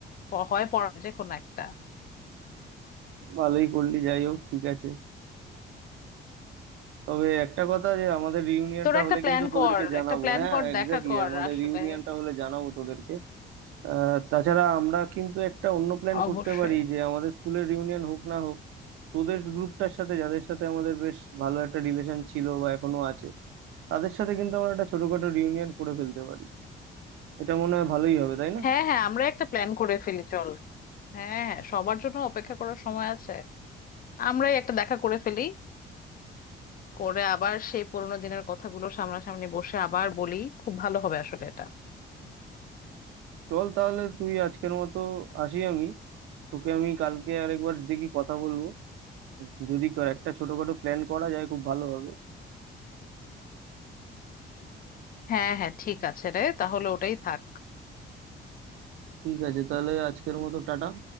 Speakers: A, on the left; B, on the right.
A: প- হয় পড়া যে কোনো একটা
B: ভালোই করলি যাই হোক ঠিক আছে তবে একটা কথা যে আমাদের রিউনিয়নটা
A: তোরা একটা
B: হলে
A: প্ল্যান
B: কিন্তু তোদেরকে
A: কর
B: জানাবো
A: একটা প্ল্যান
B: হ্যাঁ
A: কর
B: এক্স্যাক্টলি
A: দেখা কর
B: আমাদের
A: আসলে
B: রিউনিয়নটা হলে জানাবো তোদেরকে আহ, তাছাড়া আমরা কিন্তু একটা অন্য প্ল্যান
A: অবশ্যই
B: করতে পারি যে আমাদের স্কুলের রিউনিয়ন হোক না হোক তোদের গ্রুপটার সাথে যাদের সাথে আমাদের বেশ ভালো একটা রিলেশন ছিল বা এখনো আছে তাদের সাথে কিন্তু আমরা একটা ছোটখাটো রিউনিয়ন করে ফেলতে পারি এটা মনে হয় ভালোই হবে তাই না
A: হ্যাঁ হ্যাঁ আমরা একটা প্ল্যান করে ফেলি চল হ্যাঁ হ্যাঁ সবার জন্য অপেক্ষা করার সময় আছে আমরাই একটা দেখা করে ফেলি করে আবার সেই পুরোনো দিনের কথাগুলো সামনাসামনি বসে আবার বলি খুব ভালো হবে আসলে এটা
B: চল তাহলে তুই আজকের মতো আসি আমি তোকে আমি কালকে আরেকবার দেখি কথা বলবো যদি কর- একটা ছোটখাটো প্ল্যান করা যায় খুব ভালো হবে
A: হ্যাঁ হ্যাঁ ঠিক আছে রে তাহলে ওটাই থাক
B: ঠিক আছে তাহলে আজকের মতো টাটা